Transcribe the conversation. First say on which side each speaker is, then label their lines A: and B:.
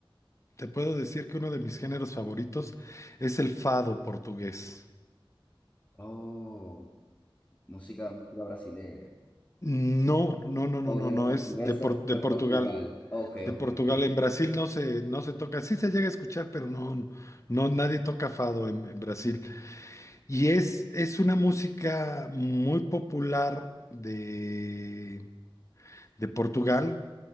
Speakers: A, on the left; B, on the left.
A: te puedo decir que uno de mis géneros favoritos es el fado portugués.
B: Oh, música, música brasileña.
A: No, no, no, no,
B: O
A: no,
B: del
A: no,
B: portugués
A: es de, Por-
B: de,
A: de
B: de
A: Portugal.
B: Portugal. Ok,
A: De
B: ok,
A: Portugal,
B: ok.
A: en Brasil no se, no se toca, sí se llega a escuchar, pero no, no, no, nadie toca fado en, en Brasil. Y es, es una música muy popular de, de Portugal,